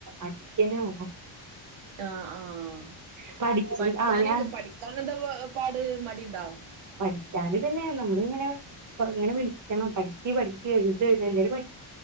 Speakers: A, on the right; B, on the right.
A: അടിക്കെന്നെ വേണം.
B: ആ ആഹ്
A: അപ്പൊ അടിച്ച്
B: പഠിക്കാന
A: ആഹ് ഞാൻ
B: പഠിക്കാൻ എന്താ പാട് മടി ഇണ്ടോ?
A: പഠിക്കാണ് പിന്നെ നമ്മള് ഇങ്ങനെ അപ്പൊ ഇങ്ങനെ വിളിക്കണം പഠിക്ക് പഠിക്ക്എഴുത് എഴു എന്തങ്കിലും